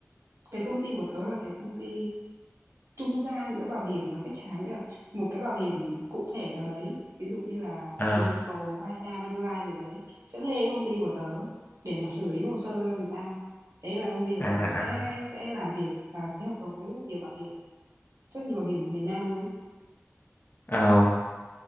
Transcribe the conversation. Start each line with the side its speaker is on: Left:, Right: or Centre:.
Right: cái công ty của tớ là cái công ty trung gian giữa bảo hiểm và khách hàng nghĩa là một cái bảo hiểm cụ thể nào đấy ví dụ như là
Left: À,
Right: Prudential hay A Manulife gì đấy sẽ thuê công ty của tớ để mà xử lý hồ sơ cho người ta thế là công ty của
Left: à,
Right: tớ sẽ
Left: à.
Right: sẽ làm việc và ký hợp đồng với rất nhiều bảo hiểm rất nhiều bảo hiểm ở Việt Nam luôn ấy.
Left: à.